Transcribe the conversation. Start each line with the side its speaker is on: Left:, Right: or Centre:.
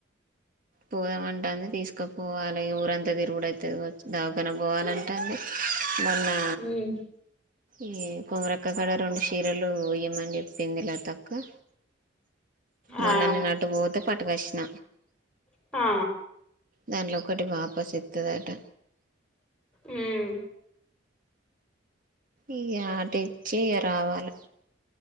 Right: పోదామంటాంది తీసుకుపోవాలే ఊరంతా తిరుగుడు అయితాది వచ్చి దావకనా పోవాలంటాంది మొన్నా
Centre: ఉమ్
Right: ఈ కొంగరక్క క్కాడ రెండు చీరలు ఇయ్యమని చెప్పింది లతక్క మొన్న
Centre: ఆ
Right: నేను అటు బోతే పట్ ప్రశ్న
Centre: <unintelligible> ఆ
Right: దాంట్లో ఒక్కటి వాపస్ ఇత్తదట.
Centre: మ్
Right: ఈ ఆటిచ్చి రావాల.